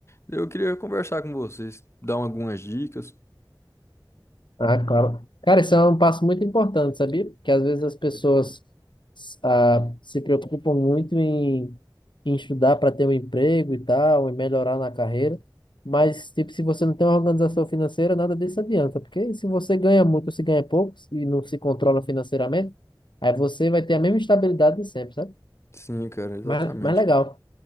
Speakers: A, on the left; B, on the left.
A: Eu queria conversar com vocês, dar algumas dicas.
B: Ah, claro. Cara, isso é um passo muito importante, sabia? Porque às vezes as pessoas ah, se preocupam muito em, em estudar para ter um emprego e tal, e melhorar na carreira. Mas, tipo, se você não tem uma organização financeira, nada disso adianta. Porque se você ganha muito ou se ganha pouco e não se controla financeiramente, aí você vai ter a mesma estabilidade de sempre, sabe?
A: Sim, cara, exatamente.
B: Mas, mas legal.